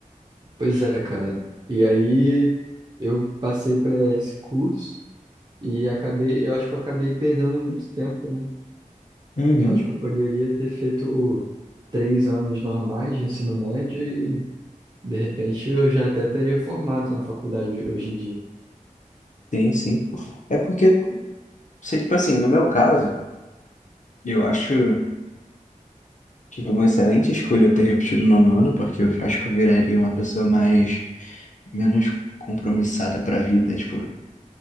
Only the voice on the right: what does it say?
Pois é, cara. E aí eu passei para esse curso e acabei, eu acho que eu acabei perdendo muito tempo, né?
Eu acho que eu poderia ter feito três anos normais de ensino médio e de repente eu já até teria formado na faculdade hoje em dia.